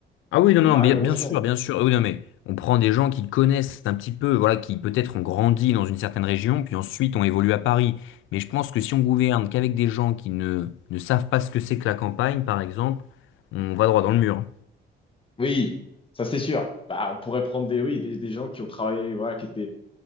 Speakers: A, on the left; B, on the left.
A: Ah oui,
B: Malheureusement.
A: non, non, bien, bien sûr, bien sûr. Oui, non, mais on prend des gens qui connaissent un petit peu, voilà, qui peut-être ont grandi dans une certaine région, puis ensuite ont évolué à Paris. Mais je pense que si on gouverne qu'avec des gens qui ne, ne savent pas ce que c'est que la campagne, par exemple, on va droit dans le mur.
B: Oui, ça c'est sûr. Bah, on pourrait prendre des, oui, des, des gens qui ont travaillé, voilà, qui étaient,